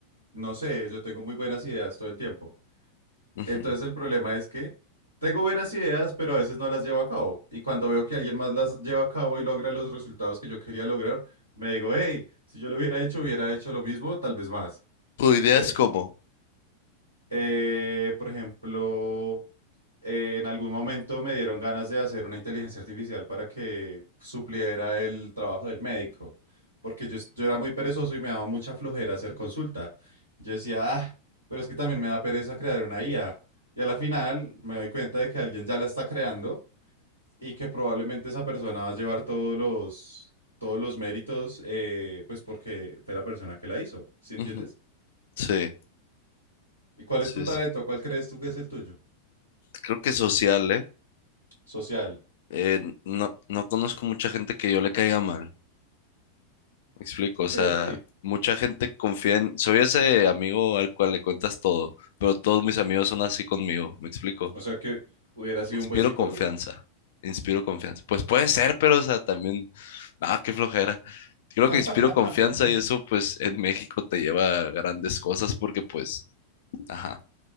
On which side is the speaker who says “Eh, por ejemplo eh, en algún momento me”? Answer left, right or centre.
Right